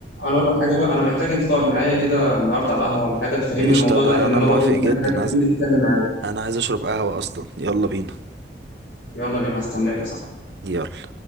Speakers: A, on the left; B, on the right.
A: انا اقول لك حاجه بقى انا محتاج انت تقعد معايا كده النهارده على القهوه ولا حاجه تفهمني
B: قشطة
A: الموضوع
B: انا
A: ده لان
B: انا
A: انا
B: موافق
A: برضو محتاج
B: جدا
A: حد كبير
B: عايز-
A: يتكلم معايا
B: انا عايز اشرب قهوة اصلا يلا بينا
A: يلا بينا هستناك يا صاحبي
B: يلا